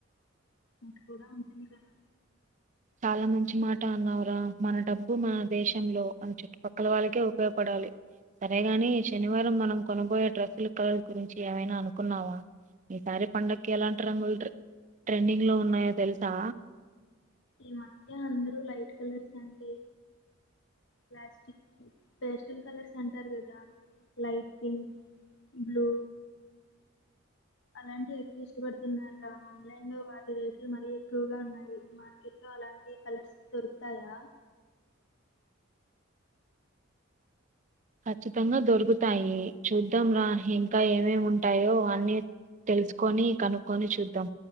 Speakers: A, on the left (about 60°); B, on the right (about 35°).
A: <inaudible> కూడా ఉంటుంది కదా
B: చాలా మంచి మాట అన్నావురా మన డబ్బు మన దేశంలో అని చుట్టుపక్కల వాళ్ళకే ఉపయోగపడాలి సరే గాని శనివారం మనం కొనబోయే డ్రస్సుల కలర్స్ గురించి ఏమైనా అనుకున్నావా ఈసారి పండగకి ఎలాంటి రంగులు ట్రే ట్రెండింగ్ లో ఉన్నాయో తెలుసా
A: ఈ మధ్య అందరూ లైట్ కలర్స్ అంటే ప్లాస్టిక్ పేస్టల్ కలర్స్ అంటారు కదా లైట్ పింక్ బ్లూ అలాంటివి ఎక్కువ ఇష్టపడుతున్నరు రా ఆన్లైన్ లో వాటి రేట్లు మరీ ఎక్కువగా ఉన్నాయి మార్కెట్ లో అలాంటి కలర్స్ దొరుకుతాయా
B: ఖచ్చితంగా దొరుకుతాయి చూద్దాం రా ఇంకా ఏమేమి ఉంటాయో అన్ని తెలుసుకొని కనుక్కొని చూద్దాం